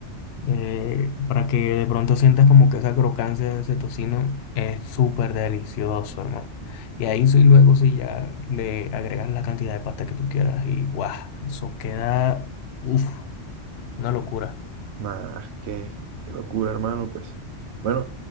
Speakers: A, on the left; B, on the right.
A: eh, para que de pronto sientas como que esa crocancia de ese tocino es súper delicioso, hermano. Y ahí sí, luego sí ya le agregas la cantidad de pasta que tú quieras y guau, eso queda, uff, una locura.
B: Nah, qué, qué locura, hermano, pues. Bueno,